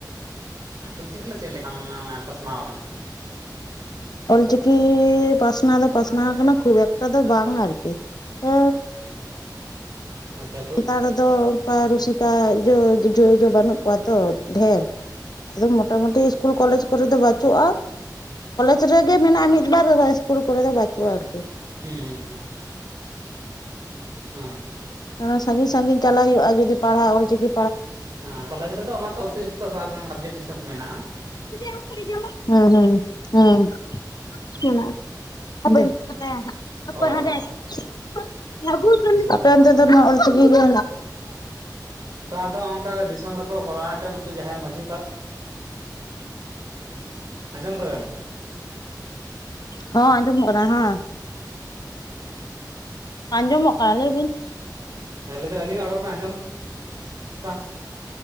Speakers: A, on the right; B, on the left.
A: ᱞᱪᱤᱠᱤ ᱪᱮᱫ ᱞᱮᱠᱟ ᱯᱟᱥᱱᱟᱣᱟ ᱟᱲ
B: ᱚᱞᱪᱤᱠᱤ ᱯᱟᱥᱱᱟᱣ ᱫᱚ ᱯᱟᱥᱱᱟᱣ ᱟᱠᱟᱱᱟ ᱠᱷᱩᱵ ᱮᱠᱴᱟ ᱫᱚ ᱵᱟᱝ ᱟᱨᱠᱤ ᱟ
A: ᱟᱪᱪᱷᱟ ᱠᱷᱩᱵ
B: ᱮᱛᱟᱲ ᱨᱮᱫᱚ ᱚᱱᱠᱟ ᱨᱩᱥᱤᱠᱟ ᱡᱚ ᱡᱚᱡᱩ ᱵᱟᱹᱱᱩᱜ ᱠᱚᱣᱟ ᱛᱚ ᱰᱷᱮᱨ ᱟᱫᱚ ᱢᱳᱚᱴᱟᱢᱩᱴᱤ ᱤᱥᱠᱩᱞ ᱠᱚᱞᱮᱡᱽ ᱠᱚᱨᱮ ᱫᱚ ᱵᱟᱹᱪᱩᱜᱼᱟ ᱠᱚᱞᱮᱡᱽ ᱨᱮᱜᱮ ᱢᱮᱱᱟᱜᱼᱟ ᱢᱤᱫ ᱵᱟᱨ ᱤᱥᱠᱩᱞ ᱠᱚᱨᱮ ᱫᱚ ᱵᱟᱹᱪᱩᱜᱼᱟ ᱟᱨᱠᱤ
A: ᱩᱸ ᱦᱩᱸ ᱦᱮᱸ
B: ᱛᱷᱚᱲᱟ ᱥᱟᱺᱜᱤᱧ ᱥᱟᱺᱜᱤᱧ ᱪᱟᱞᱟᱣ ᱦᱩᱭᱩᱜᱼᱟ ᱡᱩᱫᱤ ᱯᱟᱲᱦᱟᱣ ᱚᱞ ᱪᱤᱠᱤ
A: ᱦᱮᱸ ᱠᱚᱞᱮᱡᱽ ᱨᱮᱫᱚ ᱚᱱᱟ ᱚᱛᱤᱨᱤᱠᱛᱚ ᱥᱟᱵᱡᱮᱠᱴ ᱦᱤᱥᱟᱹᱵ ᱢᱮᱱᱟᱜᱼᱟ
B: ᱦᱮᱸ ᱦᱮᱸ ᱦᱮᱸ <unintelligible> ᱟᱯᱮ
A: ᱚ ᱚ
B: <unintelligible>
A: ᱚ
B: ᱟᱫᱚ ᱱᱚᱣᱟ <unintelligible> ᱚᱞ ᱪᱤᱠᱤ ᱜᱮ
A: ᱛᱚ ᱟᱫᱚ ᱚᱱᱠᱟ ᱫᱤᱥᱚᱢ ᱨᱮᱠᱚ ᱠᱚᱨᱟᱣ ᱮᱫ ᱱᱩᱠᱩ ᱡᱟᱦᱟᱸᱭ ᱢᱟᱺᱡᱷᱤ ᱯᱟᱨᱜ ᱟᱸᱡᱚᱢ ᱫᱟᱵᱮᱱ
B: ᱦᱚᱸ ᱟᱸᱡᱚᱢᱚᱜ ᱠᱟᱱᱟ ᱦᱮᱸ ᱟᱸᱡᱚᱢᱚᱜ ᱠᱟᱱᱟ ᱞᱟᱹᱭ ᱵᱤᱱ
A: ᱦᱮᱸ ᱞᱟᱹᱭᱫᱟ ᱟᱹᱞᱤᱧᱟᱜ ᱨᱚᱲ ᱵᱮᱱ ᱟᱸᱡᱚᱢᱫᱟ